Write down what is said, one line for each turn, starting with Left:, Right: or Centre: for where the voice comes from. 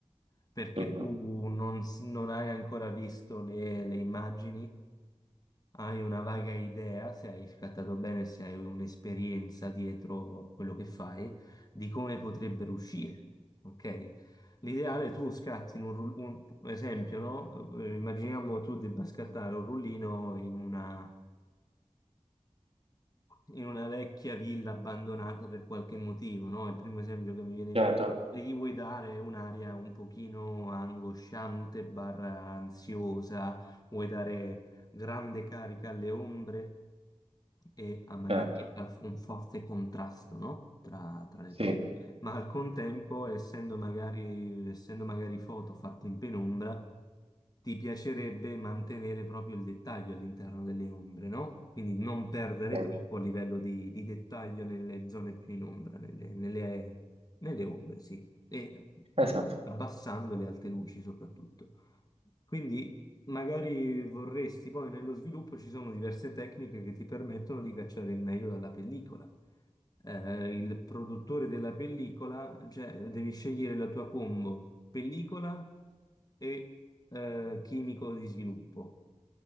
Left: perché
Right: Mhm.
Left: tu non, s- non hai ancora visto le le immagini Hai una vaga idea, se hai scattato bene, se hai un'esperienza dietro quello che fai, di come potrebbero uscire. Ok? L'ideale è tu scatti in un, ru- un esempio, no? Eh, Immaginiamo tu debba scattare un rullino in una, in una vecchia villa abbandonata per qualche motivo, no? Il primo esempio che mi viene in
Right: Certo,
Left: mente. E gli vuoi dare un'aria un pochino angosciante, barra ansiosa, vuoi dare grande carica alle ombre e ha magari
Right: certo.
Left: al- un forte contrasto, no? Tra, tra le
Right: Sì,
Left: cose. Ma al contempo, essendo magari, essendo magari foto fatte in penombra, ti piacerebbe mantenere proprio il dettaglio all'interno delle ombre, no? Quindi non perdere
Right: sì.
Left: troppo a livello di, di dettaglio nelle zone più in ombra, nelle, nelle- nelle ombre, sì, e
Right: Esatto.
Left: abbassando le alte luci soprattutto. Quindi magari vorresti, poi nello sviluppo ci sono diverse tecniche che ti permettono di cacciare il meglio dalla pellicola. Eh, il produttore della pellicola, cioè devi scegliere la tua combo, pellicola e eh, chimico di sviluppo.